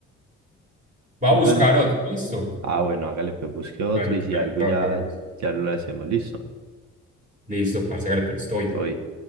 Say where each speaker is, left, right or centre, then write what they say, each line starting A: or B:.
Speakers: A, on the right; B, on the right.
A: Va
B: no
A: a buscar
B: gana.
A: otro. Listo.
B: Ah, bueno, hágale, pues busque otro
A: Vale,
B: y
A: que
B: si algo
A: lo
B: ya,
A: hagamos.
B: ya lo hacemos, listo.
A: Listo, parce, hágale, pues estoy.
B: Oye.